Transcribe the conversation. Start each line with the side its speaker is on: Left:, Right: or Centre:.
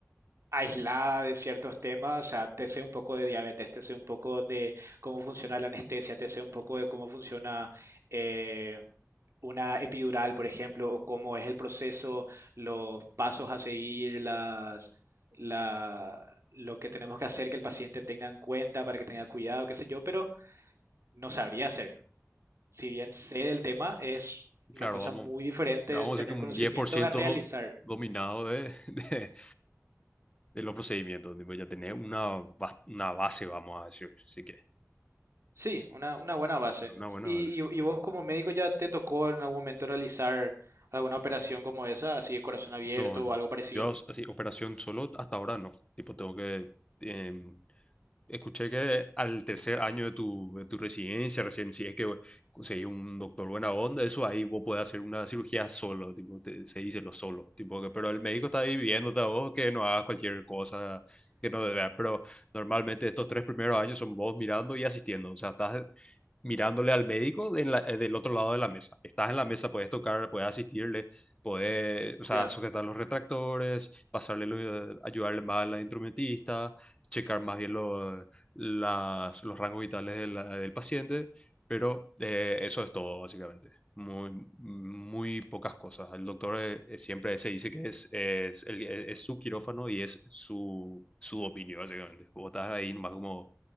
Right: aislada de ciertos temas, o sea, te sé un poco de diabetes, te sé un poco de cómo funciona la anestesia, te sé un poco de cómo funciona eh, una epidural, por ejemplo, o cómo es el proceso, los pasos a seguir, las, la, lo que tenemos que hacer que el paciente tenga en cuenta para que tenga cuidado, qué sé yo, pero no sabría hacer. Si bien sé del tema, es una
Left: Claro,
Right: cosa
Left: vamos,
Right: muy diferente
Left: vamos
Right: tener
Left: a decir que un
Right: conocimiento
Left: diez por ciento
Right: a realizar.
Left: dominado de, <laughs> de, de los procedimientos, tipo, ya tenés una, bas- una base, vamos a decir, así que
Right: Sí, una, una buena base.
Left: una buena
Right: ¿Y,
Left: base.
Right: y, y vos como médico ya te tocó en algún momento realizar alguna operación como esa, así de corazón abierto
Left: No, no.
Right: o algo parecido?
Left: Yo así, operación solo hasta ahora no. Tipo, tengo que em, Escuché que al tercer año de tu, de tu residencia, recién si es que conseguís un doctor buena onda, eso ahí vos podés hacer una cirugía solo, tipo, te- se dice lo solo, tipo que, pero el médico está ahí viéndote a vos que no hagas cualquier cosa que no debas, pero normalmente estos tres primeros años son vos mirando y asistiendo, o sea, estás mirándole al médico en la- eh, del otro lado de la mesa, estás en la mesa, puedes tocar, puedes asistirle, puedes, o sea,
Right: Ya,
Left: sujetar los retractores, pasarle, lo- ayudarle más a la instrumentista checar más bien lo- las- los rangos vitales del del paciente, pero eh, eso es todo, básicamente. Muy, muy pocas cosas. El doctor eh, eh, siempre se dice que es, es, el- e, es su quirófano y es su, su opinión, básicamente. Vos estás ahí nomás como,